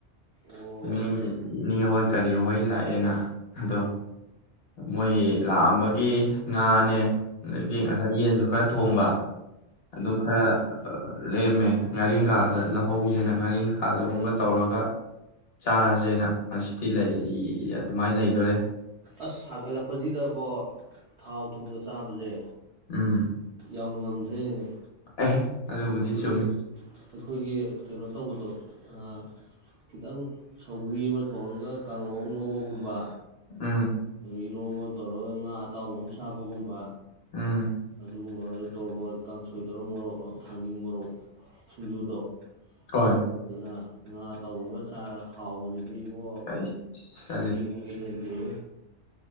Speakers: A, on the right; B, on the left.
A: ꯑꯣ
B: ꯑ <unintelligible> ꯅꯤ ꯍꯣꯏ ꯀꯔꯤ ꯍꯣꯏ ꯂꯥꯛꯑꯦꯅ ꯑꯗꯣ ꯃꯣꯏ ꯂꯥꯛꯑꯝꯕꯒꯤ ꯉꯥꯅꯦ ꯑꯗꯒꯤ ꯉꯁꯥꯏ ꯌꯦꯟꯁꯨ ꯈꯔ ꯊꯣꯡꯕ ꯑꯗꯨ ꯈꯔ
A: ꯎꯝ
B: ꯂꯦꯝꯃꯦ ꯉꯥꯔꯤꯡꯈꯥꯗ ꯂꯧꯍꯧꯁꯦꯅ ꯉꯥꯔꯤꯡꯈꯥꯗꯒꯨꯝꯒ ꯇꯧꯔꯒ ꯆꯥꯔꯁꯦꯅ ꯃꯁꯤꯇꯤ ꯑꯗꯨꯃꯥꯏꯅ ꯂꯩꯗꯣꯔꯦ
A: ꯑꯁ ꯁꯥꯒꯠꯂꯛꯄꯁꯤꯗꯐꯣ ꯊꯥꯎ ꯊꯨꯝꯒ ꯆꯥꯕꯁꯦ
B: ꯎꯝ
A: ꯌꯎ ꯉꯝꯗ꯭ꯔꯔꯤꯅꯦ
B: ꯑꯦ ꯑꯗꯨꯕꯨꯗꯤ
A: ꯍꯣꯏ
B: ꯆꯨꯝꯃꯤ
A: ꯑꯩꯈꯣꯏꯒꯤ ꯀꯩꯅꯣ ꯇꯧꯕꯗꯣ ꯑꯥ ꯈꯤꯇꯡ ꯁꯧꯒ꯭ꯔꯤ ꯑꯃ ꯊꯣꯡꯉꯒ ꯀꯥꯡꯉꯧ ꯉꯧꯕꯒꯨꯝꯕ
B: ꯎꯝ
A: ꯏꯔꯣ ꯑꯃ ꯇꯧꯔꯒ ꯉꯥ ꯑꯇꯥꯎꯕ ꯑꯃ ꯁꯥꯕꯒꯨꯝꯕ
B: ꯎꯝ
A: ꯑꯗꯨ ꯑꯗꯨꯒꯕ ꯑꯗꯨꯗ ꯇꯧꯔꯛꯄ ꯀꯥꯡꯁꯣꯏ ꯇꯔꯨ ꯃꯣꯔꯣꯛ ꯊꯥꯡꯖꯤꯡ ꯃꯣꯔꯣꯛ ꯁꯤꯡꯖꯨꯗꯣ
B: ꯍꯣꯏ
A: ꯁꯨꯔꯠ ꯀꯦꯅꯥ ꯉꯥ ꯑꯇꯥꯑꯣꯕ ꯑꯃ ꯆꯥꯔ ꯍꯥꯎꯕꯁꯤꯗꯤ ꯄꯣ
B: ꯑꯩꯁ
A: ꯁꯔꯦꯡ ꯅꯥꯄꯤ ꯍꯦꯟꯗꯦꯍꯦ